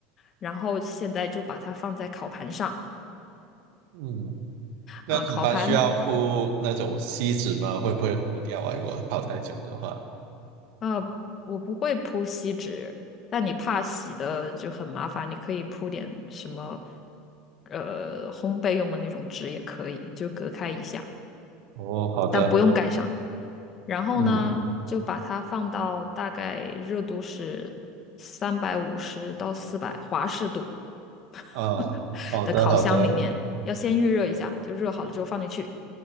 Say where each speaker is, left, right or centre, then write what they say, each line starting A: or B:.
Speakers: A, on the left; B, on the right.
A: 然后现在就把它放在烤盘上，
B: 嗯，那骨盘需要铺那种锡纸吗？
A: 啊、烤盘
B: 会不会糊掉啊？如果泡太久的话。
A: 呃，我不会铺锡纸，但你怕洗的就很麻烦，你可以铺点什么，呃，烘焙用的那种纸也可以，就隔开一下，
B: 哦，好的。
A: 但不用盖上。然后呢，
B: 嗯
A: 就把它放到大概热度是三百五十到四百华氏度 <laughs>
B: 啊，好的，
A: 的烤箱里面，
B: 好的。
A: 要先预热一下，就热好了之后放进去，